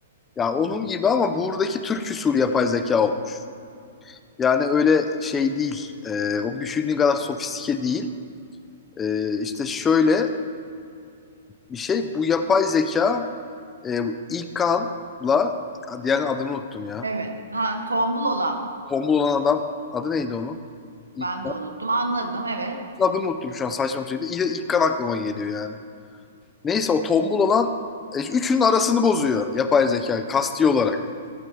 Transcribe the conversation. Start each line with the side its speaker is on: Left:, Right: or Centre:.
Left: ya onun gibi ama buradaki Türk usulü yapay zeka olmuş. Yani öyle şey değil. Ee, o düşündüğün kadar sofistike değil. Ee, işte şöyle bir şey. Bu yapay zeka e, bu ilk Kaan'la diğer adını unuttum ya.
Right: Evet. Ha tombul olan mı?
Left: Tombul olan adam adı neydi onun? İlk
Right: Ben de unuttum. Anladım evet.
Left: adını unuttum şu an saçma bir şeydi. İlk, ilk Kaan aklıma geliyor yani. Neyse o tombul olan e, üçünün arasını bozuyor yapay zeka kasti olarak.